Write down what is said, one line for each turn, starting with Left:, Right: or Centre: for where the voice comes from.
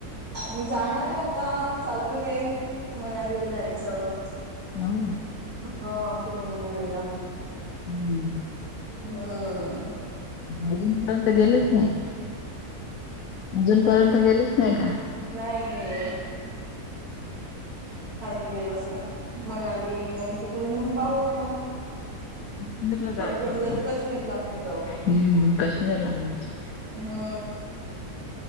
Right: मी जाणार आहे आता, चालू आहे मनालीला जायचं!
Left: हो
Right: हा कुलू म्हणालेला.
Left: हम्म.
Right: हा.
Left: अजूनपर्यंत गेलेच नाही. अजूनपर्यंत
Right: मतीप
Left: गेलेच
Right: ह
Left: नाही का?
Right: <unintelligible> नाही. अजून गेलोच नाही मणाली मग तिकडून मग पाहत मग.
Left: काश्मीरला जायचं
Right: जमलं
Left: होतं.
Right: तर काश्मीरला पण जाऊ.
Left: हम्म काश्मीरला जायचं.
Right: हा.